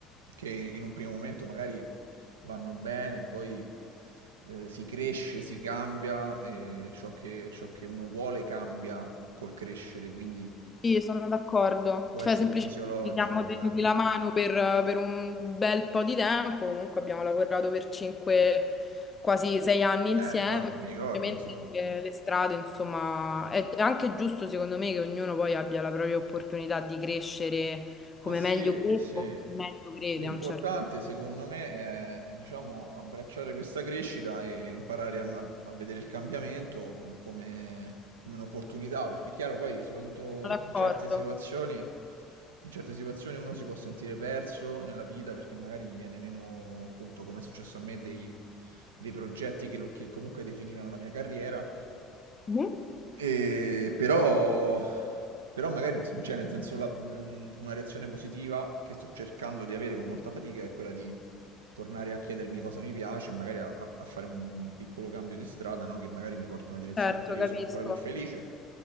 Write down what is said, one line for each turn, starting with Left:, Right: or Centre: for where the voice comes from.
Right: che in un primo momento magari vanno bene, poi eh, si cresce, si cambia, e ciò che, ciò che uno vuole cambia col crescere, quindi
Left: Sì, sono d'accordo.
Right: può
Left: Cioè,
Right: essere
Left: semplicemente
Right: fisiologico,
Left: ci siamo
Right: dai.
Left: tenuti la mano per, per un bel po' di tempo. Comunque abbiamo lavorato per cinque, quasi sei anni insieme.
Right: Eh, infatti, non mi ricordo,
Left: Semplicemente
Right: insomma.
Left: eh, le strade, insomma, è anche giusto secondo me che ognuno poi abbia la propria opportunità di crescere come
Right: Ma sì,
Left: meglio crede
Right: sì.
Left: o chi meglio crede
Right: L'importante
Left: a un certo
Right: secondo me è, è, diciamo, abbracciare questa crescita e imparare a, a vedere il cambiamento eh, come, come un'opportunità, perché è chiaro poi, soprattutto
Left: punto. Sono
Right: in,
Left: d'accordo.
Right: in certe situazioni, in certe situazioni uno si può sentire perso nella vita perché magari gli viene meno, appunto, come è successo a me, dei, dei progetti che, lo- che comunque definivano la mia carriera.
Left: Mhm.
Right: E però, però magari, cioè nel senso, la- mh, una reazione positiva che sto cercando di avere con molta fatica è quella di tornare a chiedermi cosa mi piace e magari a, a- a fare un piccolo cambio di strada, no? Che magari mi porta in una direzione
Left: Certo,
Right: in cui io
Left: capisco.
Right: sono ancora più felice.